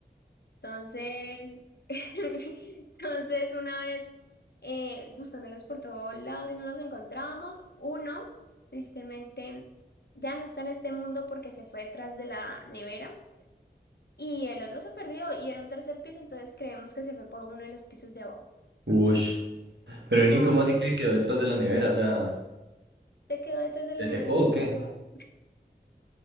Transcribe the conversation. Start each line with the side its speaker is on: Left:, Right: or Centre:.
Left: Entonces, <laughs> entonces una vez eh, buscándolos por todo lado y no los encontrábamos, uno tristemente ya no está en este mundo porque se fue detrás de la nevera y el otro se perdió y era un tercer piso, entonces creemos que se fue por uno de los pisos de abajo. Entonces,
Right: Ush. Pero
Left: no,
Right: vení, ¿cómo así que quedó
Left: entonces,
Right: detrás de la nevera? O sea,
Left: se quedó detrás de
Right: ¿te
Left: la nevera
Right: secó
Left: y se
Right: o
Left: quemó.
Right: qué?